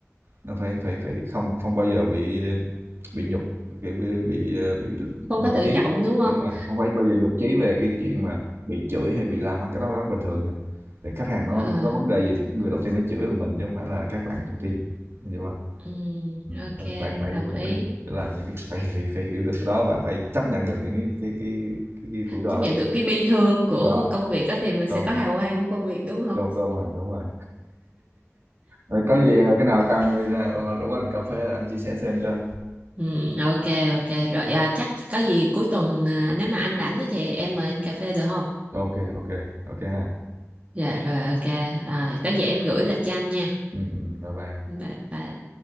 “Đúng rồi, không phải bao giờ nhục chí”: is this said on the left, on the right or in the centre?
Right